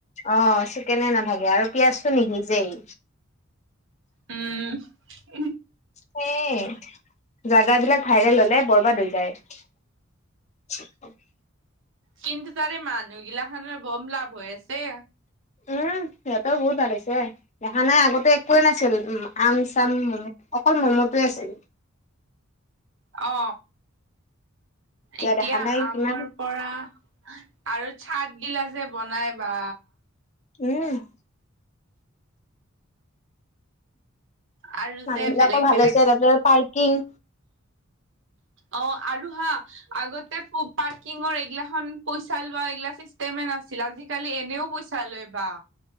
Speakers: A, on the left; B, on the right.
A: অ চিকেনে নাথাকে আৰু পিয়াজতো নিসিজেই
B: উম উ
A: হেই এ জাগা বিলাক ভাইৰেল হলে বৰবাদ হৈ যায় <unintelligible>
B: কিন্তু তাৰে মানুহগিলাখনৰ বম লাভ হৈ আছে
A: উম সিহঁতৰ বহুত ভাল হৈছে দেখা নাই আগতে একোৱে নাছিল আম চাম অকল ম'ম'টোৱে আছিল
B: অ এতিয়া
A: দেখা নাই
B: আমৰ
A: কিমান
B: পৰা আৰু চাট গিলা যে বনাই বা
A: উম
B: আৰু
A: মানুহ
B: যে
A: বিলাকৰ
B: বেলেগ
A: ভাল
B: বেলেগ
A: হৈছে তাতে পাৰ্কিং
B: অ আৰু হা আগতে পাৰ্কিঙৰ এইগিলাখন পইচালোৱা এইগিলা চিষ্টেমে নাছিল আজিকালি এনেও পইচা চালৈ বা